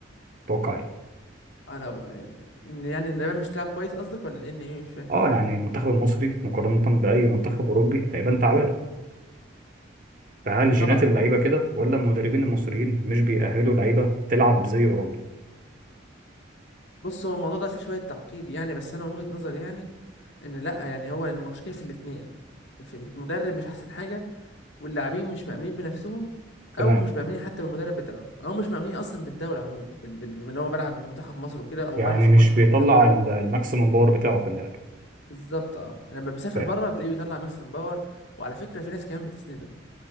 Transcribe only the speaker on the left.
انا ب... ان يعني ان اليابان مش تلعب كويس قصدك ولا ان ايه مش فاهم
طبعا
بص هو الموضوع ده فيه شويه تعقيد يعني بس انا من وجهه نظري يعني ان لا يعني هو المشكله في الاثنين في المدرب مش احسن حاجه واللاعبين مش مأمنين بنفسهم
او مش مأمنين حتى بالمدرب بتاعهم او مش مأمنين اصلا بالدوله عموما بال... بال... بال- ان هو بيلعب بمنتخب مصر وكده او
بيلعب في
مصر
او الكلام ده كله
بالظبط اه لما بيسافر
بره بتلاقيه بيطلع ماكسيمم باور وعلى فكره في ناس كمان بتسنده